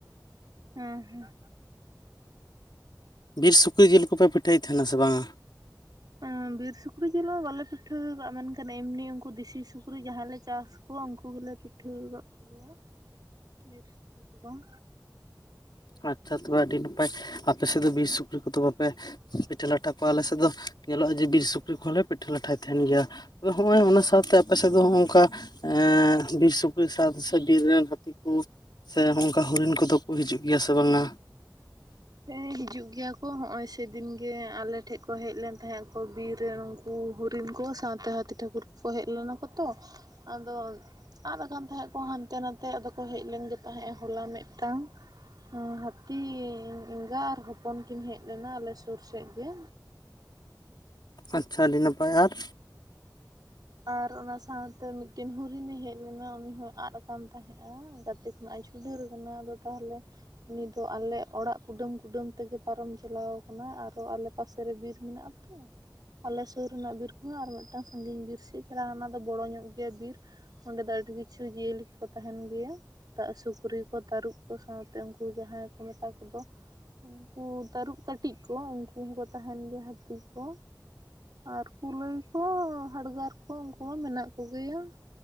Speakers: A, on the right; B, on the left.
A: ᱦᱩᱸ ᱦᱩᱸ᱾
B: ᱵᱤᱨ ᱥᱩᱠᱨᱤ ᱡᱤᱞ ᱠᱚᱯᱮ ᱯᱤᱴᱷᱟᱹᱭ ᱛᱟᱦᱮᱸᱱᱟ ᱥᱮ ᱵᱟᱝᱟ?
A: ᱩᱸ ᱵᱤᱨ ᱥᱩᱠᱨᱤ ᱡᱤᱞ ᱢᱟ ᱵᱟᱞᱮ ᱯᱤᱴᱷᱟᱹ ᱠᱟᱜᱼᱟ ᱢᱮᱱᱠᱷᱟᱱ ᱮᱢᱱᱤ ᱩᱝᱠᱩ ᱫᱮᱥᱤ ᱥᱩᱠᱨᱤ ᱡᱟᱦᱟᱸᱞᱮ ᱪᱟᱥ ᱠᱚᱣᱟ ᱩᱝᱠᱩ ᱜᱮᱞᱮ ᱯᱤᱴᱷᱟᱹ ᱠᱟᱜ ᱠᱚᱜᱮᱭᱟ ᱵᱤᱨ ᱥᱩᱠᱨᱤ ᱫᱚ ᱵᱟᱝ᱾
B: ᱟᱪᱪᱷᱟ ᱛᱚᱵᱮ ᱟᱰᱤ ᱱᱟᱯᱟᱭ, ᱟᱯᱮ ᱥᱮᱫ ᱫᱚ ᱵᱤᱨ ᱥᱩᱠᱨᱤ ᱠᱚᱫᱚ ᱵᱟᱯᱮ ᱯᱤᱴᱷᱟᱹ ᱞᱟᱴᱷᱟ ᱠᱚ ᱟᱞᱮ ᱥᱮᱫ ᱫᱚ ᱧᱮᱞᱚᱜᱼᱟ ᱡᱮ ᱵᱤᱨ ᱥᱩᱠᱨᱤ ᱠᱚᱦᱚᱸ ᱞᱮ ᱯᱤᱴᱷᱟᱹ ᱞᱟᱴᱷᱟᱭ ᱛᱟᱦᱮᱸᱱ ᱜᱮᱭᱟ᱾ ᱟᱫᱚ ᱦᱚᱸᱜᱼᱚᱸᱭ ᱚᱱᱟ ᱥᱟᱶᱛᱮ ᱟᱯᱮ ᱥᱮᱫ ᱫᱚ ᱦᱚᱸᱜᱼᱚᱝᱠᱟ ᱮᱸᱻ ᱵᱤᱨ ᱥᱩᱠᱨᱤ ᱥᱟᱫ ᱥᱮ ᱵᱤᱨ ᱨᱮᱱ ᱦᱟᱹᱛᱤ ᱠᱩ ᱥᱮ ᱦᱚᱸᱜᱼᱚᱸᱝᱠᱟ ᱦᱚᱨᱤᱱ ᱠᱚᱫᱚ ᱠᱩ ᱦᱤᱡᱩᱜ ᱜᱤᱭᱟ ᱥᱮ ᱵᱟᱝᱟ?
A: ᱛᱮ ᱦᱤᱡᱩᱜ ᱜᱮᱭᱟ ᱠᱚ ᱦᱚᱸᱜᱼᱚᱸᱭ ᱥᱮᱫᱤᱱ ᱜᱮ ᱟᱞᱮ ᱴᱷᱮᱡ ᱠᱚ ᱦᱮᱡ ᱞᱮᱱ ᱛᱟᱦᱮᱸᱜ ᱟᱠᱚ ᱵᱤᱨ ᱨᱮᱱ ᱩᱝ ᱠᱩ ᱦᱩᱨᱤᱱ ᱠᱚ ᱥᱟᱶᱛᱮ ᱦᱟᱹᱛᱤ ᱴᱷᱟᱠᱩᱨ ᱠᱚᱠᱚ ᱦᱮᱡ ᱞᱮᱱᱟ ᱠᱚ ᱛᱚ ᱟᱫᱚ ᱩᱸ ᱟᱫ ᱠᱟᱱ ᱛᱟᱦᱮᱸᱫ ᱠᱚ ᱦᱟᱸᱱᱛᱮ ᱱᱟᱱᱛᱮ ᱟᱫᱚ ᱠᱚ ᱦᱮᱡ ᱞᱮᱱ ᱜᱮ ᱛᱟᱦᱮᱸᱜᱼᱟ ᱦᱚᱞᱟ ᱢᱮᱫᱴᱟᱝ ᱩᱸ ᱦᱟᱹᱛᱤ ᱮᱸᱜᱟ ᱟᱨ ᱦᱚᱯᱚᱱ ᱠᱤᱱ ᱦᱮᱡ ᱞᱮᱱᱟ ᱟᱞᱮ ᱥᱩᱨ ᱥᱮᱜ ᱜᱮ᱾
B: ᱟᱪᱪᱷᱟ ᱟᱹᱰᱤ ᱱᱟᱯᱟᱭ ᱟᱨ᱾
A: ᱟᱨ ᱚᱱᱟ ᱥᱟᱶᱛᱮ ᱢᱤᱫᱴᱮᱱ ᱦᱩᱨᱤᱱᱮ ᱦᱮᱡ ᱞᱮᱱᱟ ᱩᱱᱤ ᱦᱚᱸᱭ ᱟᱫ ᱠᱟᱱ ᱛᱟᱦᱮᱸᱜᱼᱟᱸ ᱜᱟᱛᱮ ᱠᱷᱚᱱᱟᱜ ᱪᱷᱩ ᱰᱟᱹᱨ ᱠᱟᱱᱟ ᱟᱫᱚ ᱛᱟᱦᱞᱮ ᱩᱱᱤ ᱫᱚ ᱟᱞᱮ ᱚᱲᱟᱜ ᱠᱩᱰᱟᱹᱢ - ᱠᱩᱰᱟᱹᱢ ᱛᱮᱜᱮ ᱯᱟᱨᱚᱢ ᱪᱟᱞᱟᱣ ᱠᱟᱱᱟ ᱟᱨᱚ ᱟᱞᱮ ᱯᱟᱥ ᱛᱮ ᱨᱮ ᱵᱤᱨ ᱢᱮᱱᱟᱜᱼᱟ ᱛᱳ ᱟᱞᱮ ᱥᱳᱨ ᱨᱮᱱᱟᱜ ᱵᱤᱨ ᱠᱚᱷᱚᱸ ᱟᱨ ᱢᱤᱫᱴᱟᱝ ᱥᱟᱺᱜᱤᱧ ᱵᱤᱨ ᱥᱮᱫ ᱠᱟᱹᱡ ᱪᱟᱞᱟᱝ ᱚᱱᱟ ᱫᱚ ᱵᱚᱲᱚ ᱧᱚᱜ ᱜᱮᱭᱟ ᱵᱤᱨ ᱾ ᱚᱸᱰᱮ ᱫᱚ ᱟᱹᱰᱤ ᱠᱤᱪᱷᱩ ᱡᱤᱭᱟᱹᱞᱤ ᱠᱚᱠᱚ ᱛᱟᱦᱮᱸᱱ ᱜᱮᱭᱟ᱾ ᱛᱟᱹᱜ ᱥᱩᱠᱨᱤ ᱠᱚ ᱛᱟᱹᱨᱩᱵᱽ ᱠᱚ ᱥᱟᱶᱛᱮ ᱩᱱᱠᱩ ᱡᱟᱦᱟᱸᱭ ᱠᱚ ᱢᱮᱛᱟ ᱠᱚᱫᱚ ᱩᱸ ᱠᱩ ᱛᱟᱹᱨᱩᱵ ᱠᱟᱹᱴᱤᱡ ᱠᱚ ᱩᱝᱠᱩ ᱦᱚᱸᱠᱚ ᱛᱟᱦᱮᱸᱱ ᱜᱮᱭᱟ ᱦᱟᱹᱛᱤ ᱠᱚ ᱟᱨ ᱠᱩᱞᱟᱹᱭ ᱠᱚ ᱦᱟᱰᱜᱟᱨ ᱦᱚᱸ ᱩᱝᱠᱩ ᱦᱚᱸ ᱢᱮᱱᱟᱜ ᱠᱚᱜᱮᱭᱟ᱾